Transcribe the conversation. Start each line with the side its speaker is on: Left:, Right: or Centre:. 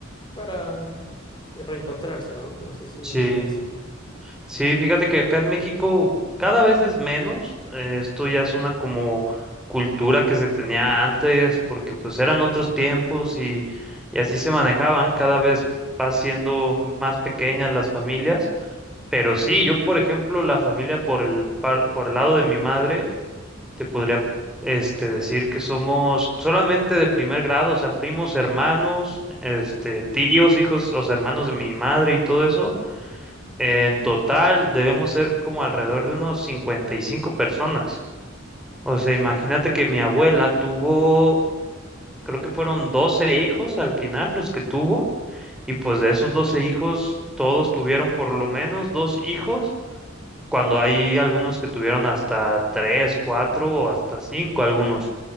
Left: para reencontrarse, ¿no? No sé si
Centre: Sí.
Left: es así.
Centre: Sí, fíjate que acá en México cada vez es menos. eh, Esto ya es una como cultura que se tenía antes, porque pues eran otros tiempos y, y así se manejaban. Cada vez va siendo más pequeñas las familias. Pero sí, yo por ejemplo, la familia por el par- por el lado de mi madre, te podría este decir que somos solamente de primer grado, o sea, primos, hermanos, este, tíos, hijos, o sea, hermanos de mi madre y todo eso en total debemos ser como alrededor de unos 55 personas. O sea, imagínate que mi abuela tuvo, creo que fueron 12 hijos al final los que tuvo, y pues de esos 12 hijos, todos tuvieron por lo menos dos hijos, cuando hay algunos que tuvieron hasta tres, cuatro o hasta cinco algunos.